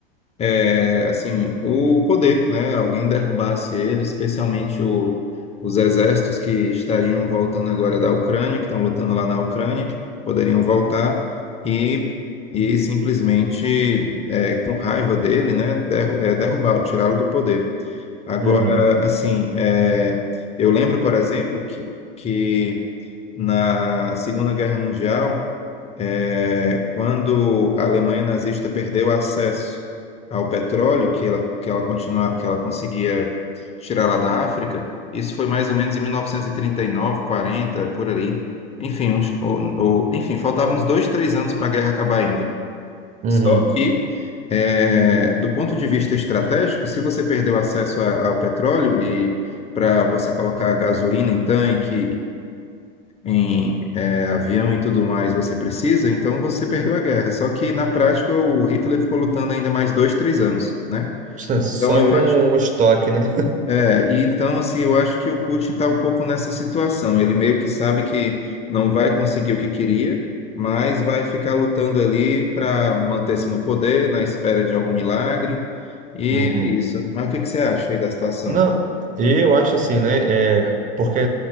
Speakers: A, on the left (about 20°); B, on the right (about 25°).
A: é, assim, o poder, né? Alguém derrubasse ele, especialmente o- os exércitos que estariam voltando agora da Ucrânia, que estão lutando lá na Ucrânia, poderiam voltar e, e simplesmente, é, com raiva dele, né? derru- é, derrubá-lo, tirá-lo do poder. Agora,
B: Uhum,
A: assim, é, eu lembro, por exemplo, que, que na Segunda Guerra Mundial é, quando a Alemanha nazista perdeu acesso ao petróleo que ela, que ela continua, que ela conseguia tirar lá da África, isso foi mais ou menos em 1939, 40, por ali. Enfim, uns, ou, ou- enfim, faltavam uns dois, três anos para a guerra acabar ainda.
B: uhum.
A: Só que, é, do ponto de vista estratégico, se você perdeu acesso a- ao petróleo e para você colocar gasolina em tanque, em eh, avião e tudo mais você precisa, então você perdeu a guerra. Só que na prática o Hitler ficou lutando ainda mais dois, três anos, né?
B: <laughs> Só
A: Então eu
B: com
A: acho,
B: o estoque, né?
A: é, e então assim eu acho que o Putin está um pouco nessa situação. Ele meio que sabe que não vai conseguir o que queria, mas vai ficar lutando ali para manter-se no poder, na espera de algum milagre. E
B: Uhum.
A: é isso. Mas o que que você acha aí da situação?
B: Não, eu acho assim, né? É, porque,